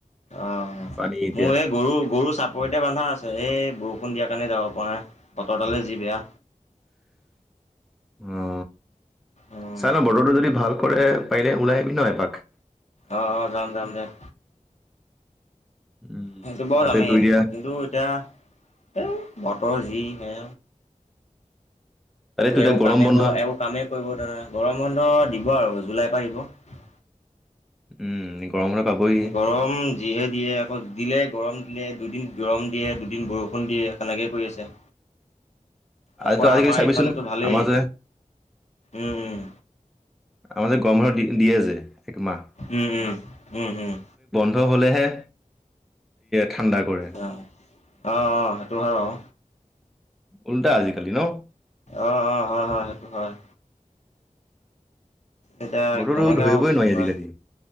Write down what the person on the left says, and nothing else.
অ'
মোৰ এই গৰু, গৰু চাপ পৰতে বান্ধা আছে। এই বৰষুণ দিয়াৰ কাৰণে যাব পৰা নাই। বতৰডালে যি বেয়া।
উম,
অ-অ, যাম-যাম-যাম।
সেইটো বৰ
আমি,
কিন্তু এতিয়া ধেই বতৰ যিহে।
এওঁ
কামেই
কৰা একো কামেই কৰিব নাজান, গৰম বন্ধ দিব দিব আৰু জুলাই পৰা দিব।
গৰম যিহে দিয়ে আক দিলে গৰম দিলে দুদিন গৰম দিয়ে দুদিন বৰষুণ দিয়ে কেনেকে কৰি আছে।
আকৌ
আমাৰ
এইফালেতো ভালেই
উম,
উম, উম, উম, উম।
অ', অ', অ', সেইটো হয় বাৰু।
অ অ হয় হয় সেইটো হয়। এতিয়া
কেনেকে
হ বস্তুটো
বা